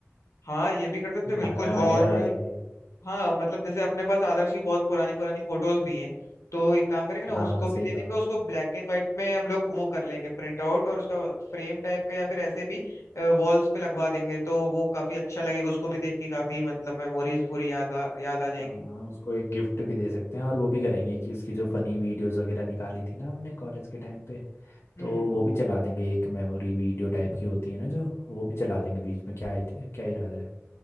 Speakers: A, on the left; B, on the left.
A: हाँ ये भी कर सकते हैं बिल्कुल
B: गाने वाने
A: और
B: लगा लेंगे
A: हाँ मतलब जैसे अपने पास आदर्श की बहुत पुरानी पुरानी फोटोज भी हैं तो एक काम करेंगे ना
B: हाँ
A: उसको
B: सही
A: भी ले
B: कहा
A: लेंगे उसको ब्लैक एंड व्हाइट में हम लोग वो कर लेंगे प्रिंट आउट और उसका फ्रेम टाइप का या फिर ऐसे भी वॉल्स पे लगवा देंगे तो वो काफी अच्छा लगेगा उसको भी देख के काफी मतलब मेमोरीज पूरी याद आ याद आ
B: हाँ
A: जाएंगी
B: हम उसको एक गिफ्ट भी दे सकते हैं और वो भी करेंगे कि उसकी जो फनी वीडियोस वगैरह निकाली थी ना हमने कॉलेज के टाइम पे
A: हम्म
B: तो वो भी चला देंगे एक मेमोरी वीडियो टाइप की होती है ना जो वो भी चला देंगे बीच में क्या आइड- क्या इरादा है